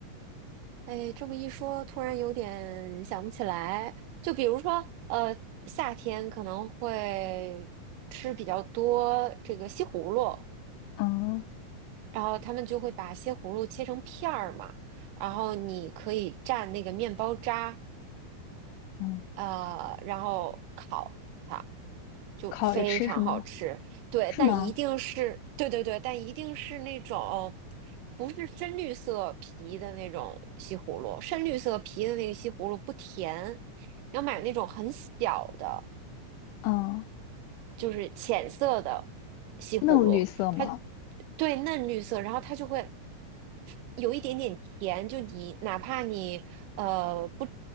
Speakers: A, on the right (about 85°); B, on the left (about 80°).
A: 哎，这么一说，突然有点想不起来。就比如说，呃，夏天可能会吃比较多这个西葫芦，
B: 嗯
A: 然后他们就会把西葫芦切成片儿嘛，然后你可以蘸那个面包渣。
B: 嗯，
A: 呃，然后烤它就非常好吃。
B: 烤着吃是吗？
A: 对，
B: 是吗？
A: 但一定是，对对对，但一定是那种不是深绿色皮的那种西葫芦，深绿色皮的那个西葫芦不甜，要买那种很小的。
B: 嗯，
A: 就是浅色的西葫芦，
B: 嫩绿色吗？
A: 它对嫩绿色，然后它就会有一点点甜，就你哪怕你呃不